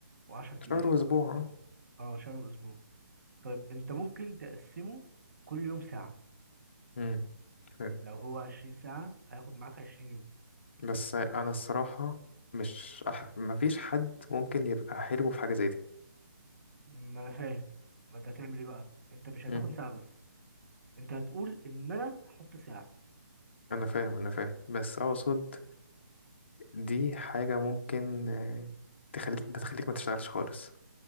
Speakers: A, on the right; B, on the left.
A: وعشر
B: شهر
A: أيام
B: وأسبوع
A: أو خمسة
B: اه
A: اه شهر وأسبوع طيب أنت ممكن تقسمه كل يوم ساعة
B: امم حلو.
A: لو هو عشرين ساعة هياخد معاك عشرين يوم
B: بس أنا الصراحة مش أح... مفيش حد ممكن يبقى حلو في حاجة زي دي
A: ما أنا فاهم ما أنت هتعمل إيه بقى أنت مش هتاخد
B: مم.
A: ساعة بس أنت هتقول إن أنا هحط ساعة
B: أنا فاهم أنا فاهم بس أقصد دي حاجة ممكن آه، تخليك بتخليك ما تشتغلش خالص